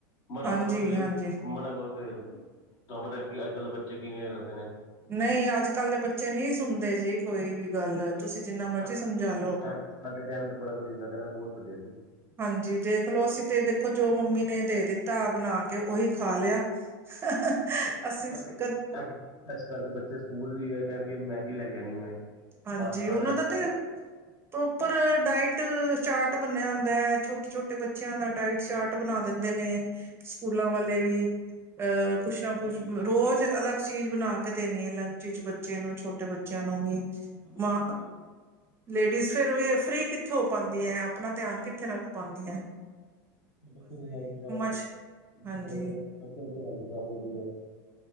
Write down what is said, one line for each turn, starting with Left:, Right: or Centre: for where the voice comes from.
Left: ਮਨਾ
Right: ਹਾਂਜੀ
Left: ਕਰੋ ਤੇ ਫੇਰ,
Right: ਹਾਂਜੀ
Left: ਮਨਾ ਕਰੋ ਤੇ ਤਾਨੂੰ ਪਤਾ ਏ, ਅੱਜ -ਕੱਲ ਦੇ ਬੱਚੇ ਕਿਵੇਂ ਏ ਕਰਦੇ ਨੇ।
Right: ਨਈ ਅੱਜ- ਕੱਲ ਦੇ ਬੱਚੇ ਨਈ ਸੁਣਦੇ ਜੀ ਕੋਈ ਵੀ ਗੱਲ ਤੁਸੀਂ ਜਿੰਨਾ ਮਰਜ਼ੀ
Left: ਸਾਡੇ
Right: ਸਮਝਾ ਲਓ
Left: -ਸਾਡੇ ਟਾਈਮ ਤੇ ਬੜਾ ਵਧੀਆ ਮੈਂ ਕੈਨਾ ਬਹੁਤ ਵਧੀਆ ਸੀ।
Right: ਹਾਂਜੀ, ਦੇਖਲਓ ਅਸੀਂ ਤੇ ਦੇਖੋ, ਜੋ ਮੰਮੀ ਨੇ ਦੇ ਦਿੱਤਾ ਬਣਾ ਕੇ ਓਹੀ ਖਾ ਲੇਆ <unintelligible> ਅਸੀਂ
Left: ਦੇ
Right: ਕ
Left: ਬਸ ਕੱਲ ਦੇ ਬੱਚੇ ਸਕੂਲ ਵੀ ਗਏ ਕਹਿਨਗੇ ਮੈਗੀ ਲੈਕੇ ਜਾਨੀ ਮੈਂ।
Right: ਹਾਂਜੀ,
Left: ਪਾਸਤਾ
Right: ਉਨ੍ਹਾਂ
Left: ਲੈ
Right: ਦਾ
Left: ਕੇ ਜਾਣਾ
Right: ਤੇ ਪ੍ਰੋਪਰ ਡਾਇਟ ਚਾਰਟ ਬਨਿਆ ਹੁੰਦੈ ਛੋਟੇ- ਛੋਟੇ ਬਚ ਬੱਚਿਆਂ ਦਾ ਡਾਇਟ ਚਾਰਟ
Left: ਬਿਲਕੁਲ
Right: ਬਣਾ ਦਿੰਦੇ ਨੇ, ਸਕੂਲਾਂ ਵਾਲੇ ਵੀ। ਅ ਕੁਛ ਨਾ ਕੁਛ
Left: ਹਾਂਜੀ ਹਾਂਜੀ
Right: ਰੋਜ਼ ਅਲੱਗ ਚੀਜ਼ ਬਣਾ ਕੇ ਦੇਣੀ ਏ ਲੰਚ ਵਿਚ ਬੱਚੇ ਨੂੰ, ਛੋਟੇ ਬੱਚਿਆਂ ਨੂੰ ਵੀ।
Left: <unintelligible>
Right: ਮਾਂ ਲੇਡੀਜ਼ ਫੇਰ ਵੀ ਫਰੀ ਕਿੱਥੇ ਹੋ ਪਾਂਦੀ ਏ, ਆਪਨਾ ਧਿਆਨ ਕਿੱਥੇ ਰੱਖ ਪਾਂਦੀ ਏ।
Left: ਬੱਚੇ ਦੀ ਹੈਲਥ ਵਗੈਰਾ,
Right: ਚ ਹਾਂਜੀ-ਹਾਂਜੀ
Left: ਬੱ ਬੱਚਿਆਂ ਦੀ ਹੈਲਥ ਖ਼ਰਾਬ ਹੁੰਦੀ ਐ।